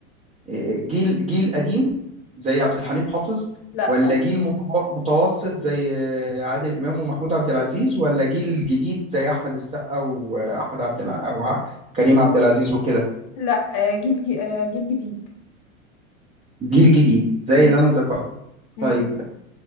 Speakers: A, on the right; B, on the left.
A: آه، جيل جيل قديم زي عبد الحليم حافظ
B: لا
A: ولا جيل متو- متوسط زي آه، عادل امام ومحمود عبد العزيز ولا جيل جديد زي احمد السقا واحمد عبد الع... او ع- كريم عبد العزيز وكده
B: لا آه، جيل جي- آه، جيل جديد
A: جيل جديد زي
B: مم.
A: اللي انا ذكرت
B: مم.
A: طيب